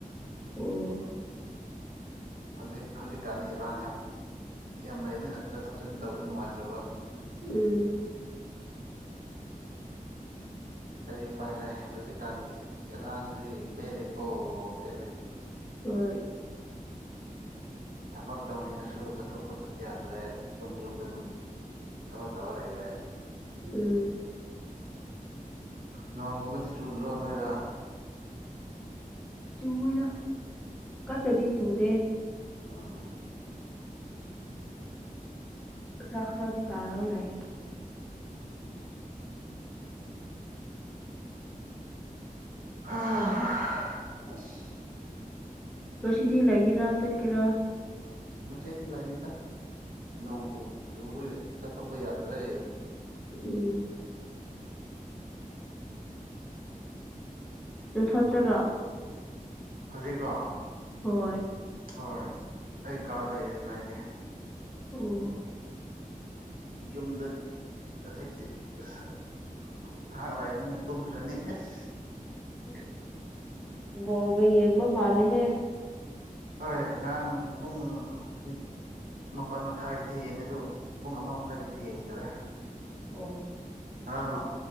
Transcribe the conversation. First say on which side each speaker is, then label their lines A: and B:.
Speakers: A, in the centre; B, on the right.
A: ꯑꯣ
B: ꯍꯧꯖꯤꯛ ꯍꯧꯖꯤꯛꯀꯥꯟꯗꯤ ꯏꯔꯥꯡ ꯌꯥꯝ ꯌꯥꯝ ꯂꯩꯌꯦꯅ ꯆꯠꯊꯣꯛ ꯆꯠꯁꯤꯟ ꯇꯧꯕꯗ ꯅꯨꯡꯉꯥꯏꯇ꯭ꯔꯕ
A: ꯎꯝ
B: ꯀꯔꯤ ꯎꯄꯥꯏ ꯂꯩ ꯍꯧꯖꯤꯛꯀꯥꯟꯗꯤ ꯏꯔꯥꯡꯁꯤꯗꯤ ꯄꯦꯜꯂꯦꯀꯣ ꯄꯦꯜꯂꯦ
A: ꯍꯣꯏ
B: ꯊꯕꯛ ꯇꯧꯅꯤꯡꯉꯁꯨ ꯆꯠꯊꯣꯛꯄ ꯌꯥꯗ꯭ꯔꯦ ꯑꯗꯨꯝ ꯌꯨꯝꯗ ꯑꯗꯨꯝ ꯊꯕꯛ ꯇꯧꯔ ꯂꯩꯔꯦ
A: ꯎꯝ
B: ꯅꯣꯡꯒꯨꯝꯕꯗꯤ ꯆꯨꯗ꯭ꯔꯣ ꯅꯣꯏꯗ
A: ꯆꯨꯋꯦꯗ ꯀꯟꯅꯗꯤ ꯆꯨꯗꯦ
B: ꯑꯥ
A: ꯈꯔ ꯈꯔꯗꯤ ꯇꯔꯥ ꯂꯩ
B: ꯍꯥ ꯍꯥ ꯑꯁ
A: ꯉꯁꯤꯗꯤ ꯂꯩꯒꯦꯔ ꯆꯠꯀꯦꯔ
B: ꯉꯁꯤꯗꯤ ꯂꯩꯅꯤꯗ ꯅꯣꯡꯁꯨ ꯆꯨꯔꯦ ꯆꯠꯊꯣꯛꯄ ꯌꯥꯗ꯭ꯔꯦ
A: ꯎꯝ ꯅꯊꯟꯇꯔ
B: ꯍꯧꯖꯤꯛꯂꯣ
A: ꯍꯣꯏ
B: ꯍꯣꯏ ꯑꯩ ꯀꯥ ꯂꯩꯌꯦꯅ ꯑꯩꯗꯤ
A: ꯑꯣ
B: ꯌꯨꯝꯗ ꯍꯧꯖꯤꯛꯇꯤ ꯑꯁ ꯉꯥꯏꯍꯥꯛ ꯂꯩꯔꯒ ꯑꯃꯨꯛ ꯇꯨꯝꯈ꯭ꯔꯅꯤ ꯑꯁ
A: ꯑꯁ ꯕꯣꯜꯒ ꯌꯦꯡꯕ ꯃꯥꯜꯂꯦꯍꯦ
B: ꯍꯣꯏ ꯉꯔꯥꯡ ꯄꯨꯡ ꯅꯤ ꯃꯥꯄꯜ ꯃꯈꯥꯏꯒꯤꯗꯤ ꯌꯦꯡꯉꯦ ꯑꯗꯨ ꯄꯨꯡ ꯑꯃ ꯃꯈꯥꯏꯒꯤꯗꯤ ꯌꯦꯡꯗꯔꯦ
A: ꯑꯣ
B: ꯉꯔꯥꯡꯅ